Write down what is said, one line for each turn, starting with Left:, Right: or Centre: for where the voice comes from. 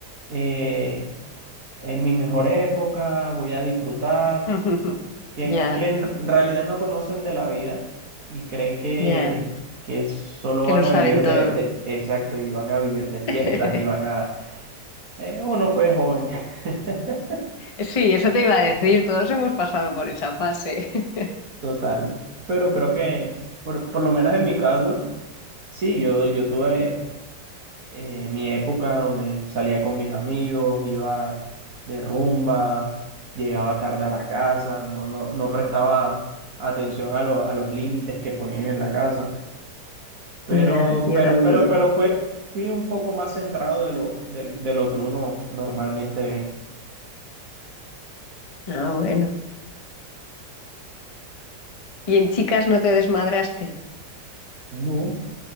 Right: eh, en mi mejor época, voy a disfrutar.
Left: <laughs>
Right: que,
Left: Ya,
Right: que en realidad no conocen de la vida y creen que,
Left: ya,
Right: que solo
Left: que
Right: van
Left: lo
Right: a
Left: saben
Right: vivir
Left: todo.
Right: de, de- exacto, y van a vivir de fiestas
Left: <laughs>
Right: y van a, eh, uno fue joven, <laughs>
Left: Sí, eso te iba a decir, todos hemos pasado por esa fase. <laughs>
Right: total, pero creo que, por, por lo menos en mi caso, sí, yo, yo tuve eh, mi época donde salía con mis amigos, iba de rumba, llegaba tarde a la casa, no, no, no prestaba atención a, lo- a los límites que ponían en la casa. Pero,
Left: Ya, yo
Right: pero,
Left: también.
Right: pero, pero fue, fui un poco más centrado de lo, de, de lo que uno normalmente ve.
Left: Ah, bueno. ¿Y en chicas no te desmadraste?
Right: No.